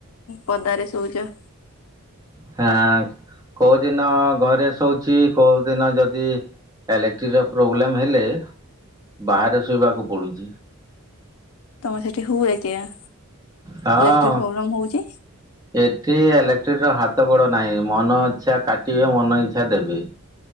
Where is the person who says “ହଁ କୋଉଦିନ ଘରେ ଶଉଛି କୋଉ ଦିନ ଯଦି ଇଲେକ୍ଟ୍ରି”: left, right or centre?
Right